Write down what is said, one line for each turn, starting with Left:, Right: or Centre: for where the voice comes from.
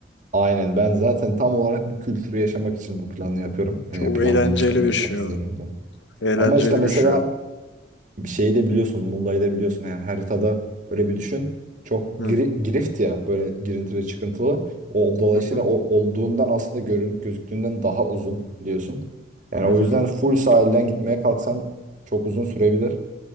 Right: Aynen ben zaten tam olarak bu kültürü yaşamak için bu planı yapıyorum.
Left: Çok
Right: Yani planlamıştım
Left: eğlenceli bir
Right: hep
Left: şey
Right: zihnimde.
Left: o. Eğlenceli
Right: Ama işte mesela
Left: bir şey o.
Right: bir şeyi de biliyorsun. Muğla'yı da biliyorsun. Yani haritada böyle bir düşün. Çok giri-
Left: Hı
Right: girift ya böyle girintili çıkıntılı. O, dolayısıyla
Left: hı hı
Right: o, olduğundan aslında görün, gözüktüğünden daha uzun biliyorsun. Yani
Left: hı.
Right: o
Left: hı.
Right: yüzden full sahilden gitmeye kalksan çok uzun sürebilir.